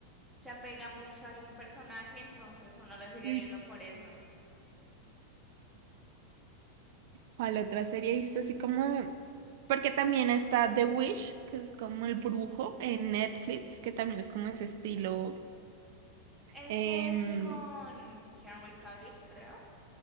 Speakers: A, in the centre; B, on the right (about 50°).
A: se apega mucho a algún personaje, entonces uno la sigue
B: sí,
A: viendo por eso.
B: ¿Cuál otra serie viste así como? Porque también está The Witch, que es como el brujo en Netflix, que también es como ese estilo.
A: Ese
B: em,
A: es con Henry Cavill, creo,